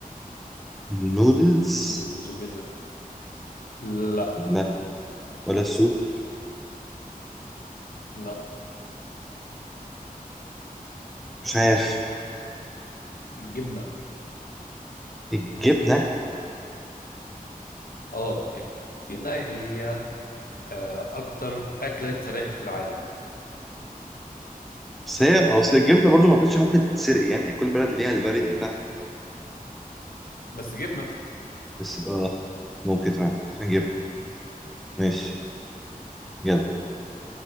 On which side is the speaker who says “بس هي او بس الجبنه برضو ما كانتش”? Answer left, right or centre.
Centre